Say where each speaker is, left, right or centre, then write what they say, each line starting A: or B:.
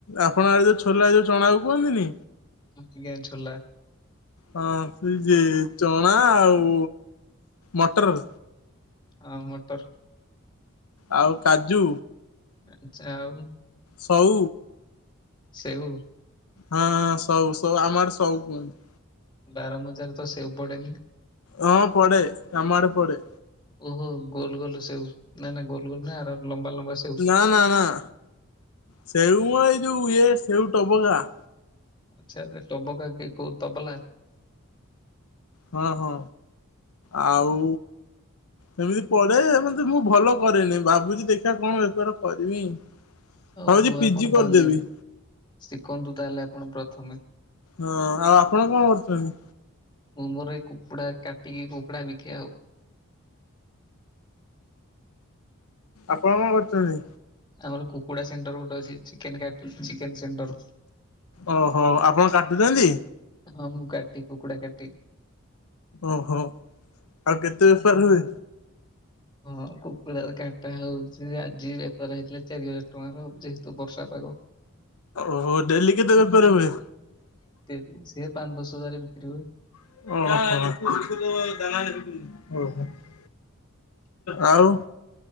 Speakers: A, on the left; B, on the left.
A: ଆପଣ ଆଡେ ଯୋଉ ଛୋଲା ଯୋଉ ଚଣାକୁ କୁହନ୍ତିନି।
B: ଆଜ୍ଞା ଛୋଲା
A: ହଁ ସେ ଚଣା ଆଉ ମଟର।
B: ହଁ ମଟର।
A: ଆଉ କାଜୁ।
B: ଆଚ୍ଛା ଆଉ।
A: ସଉ।
B: ସେଉ।
A: ହଁ ଅଁ ସଉ ସଉ ଆମ ଆଡେ ସଉ କୁହନ୍ତି।
B: ବାର ମଜାରେ ତ ସେଉ ପଡେନି।
A: ହଁ ପଡେ ଆମ ଆଡ଼େ ପଡେ।
B: ଓହୋ ଗୋଲ ଗୋଲ ସେଉ ନା ନା ଗୋଲ ଗୋଲ ନାଁ ଆର ଲମ୍ବା ଲମ୍ବା ସେଉ।
A: ନାଁ ନାଁ ନାଁ। ସେଉ ଏଇ ଯୋଉ ଇଏ ସେଉ ଟବକା।
B: ଆଚ୍ଛା ଟବକା କି କୋଉ ତବଲା।
A: ହଁ ହଁ ଆଉ। ସେମିତି ପଢେ ଯେମିତି ମୁଁ ଭଲ କରେନି ଭାବୁଛି ଦେଖିବା କଣ ବେପାର କରିବି।
B: ଓହୋ
A: ଭାବୁଛି
B: ଆପଣ
A: ପିଜି
B: ତାହେଲେ
A: କରିଦେବି।
B: ଶିଖନ୍ତୁ ତାହେଲେ ଆପଣ ପ୍ରଥମେ।
A: ହଁ ଆଉ ଆପଣ କଣ କରୁଛନ୍ତି?
B: ମୁଁ ମୋର ଏଇ କୁକୁଡ଼ା କାଟିକି କୁକୁଡ଼ା ବିକେ ଆଉ।
A: ଆପଣ କଣ କରୁଛନ୍ତି?
B: ଆମର କୁକୁଡା ସେଣ୍ଟର ଗୋଟେ ଅଛି ଚିକେନ ସେଣ୍ଟର।
A: ଓହୋ ଆପଣ କାଟୁଛନ୍ତି।
B: ହଁ ମୁଁ କାଟିି କୁକୁଡ଼ା କାଟିି
A: ଓହୋ ଆଉ କେତେ ବେପାର ହୁଏ।
B: ହଁ କୁକୁଡ଼ାର କାଟା ହଉଛି ଆଜି ବେପାର ହେଇଥିଲା ଚାରି ହଜାର ଟଙ୍କାର ଅବଜେ ତୁ ବର୍ଷା ପାଗ।
A: ଓହୋ ଡେଲି କେତେ ବେପାର ହୁଏ?
B: ଦେଲି, ସେ ପାଞ୍ଚ ଦଶ ହଜାରେ ବିକ୍ରି ହୁଏ।
A: ଓହୋ ଓହୋ ଓହୋ। ଆଉ